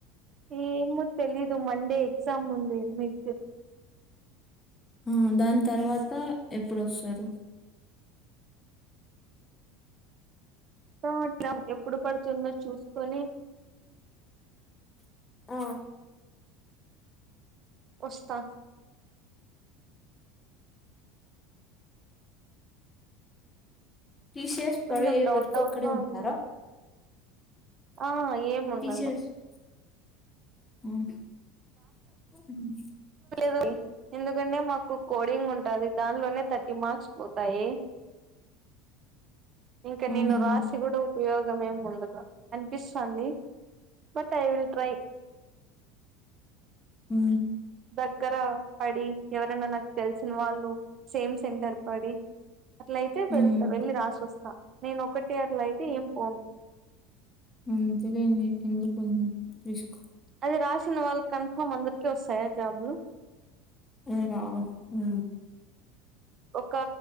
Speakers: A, on the right; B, on the left.
A: ఏమో తెలీదు, మండే ఎగ్జామ్ ఉంది మిడ్.
B: ఆ దాని తర్వాత, ఎప్పుడుొస్తారు?
A: తా అట్లా ఎప్పుడు పడుతుందొ చూసుకొని
B: ఆ
A: వస్తా
B: టి సి ఎస్
A: కొంచెం
B: పడే
A: డౌట్
B: వరకు
A: డౌట్
B: అక్కడే
A: గా
B: ఉంటారా?
A: ఉంది ఆ ఏముండదు
B: టీసీఎస్ ఆ
A: లే. ఎందుకంటే మాకు కోడింగ్ ఉంటది దాన్లోనే థర్టీ మార్క్స్ పోతాయి. ఇంక నేను
B: ఆహా!
A: రాశి కూడా ఉపయోగం ఏమి ఉండదు, అనిపిస్తాంది. బట్ టా ఐ విల్ ట్రై
B: ఉ
A: దగ్గర పడి, ఎవరన్న నాకు తెలిసిన వాళ్ళు సేమ్ సెంటర్ పడి అట్లయితే
B: హ్మ్.
A: వెళ్త వెళ్ళి రాసొస్తా నేను ఒకటి అట్లా అయితే ఏం పోను
B: ఉ వద్దులే మే ఎందుకు అన్ రిస్క్
A: అది రాసిన వాల్కు కన్ఫామ్ అందరికి వస్తయా జాబ్ లు?
B: ఏ రావు ఉ
A: ఒక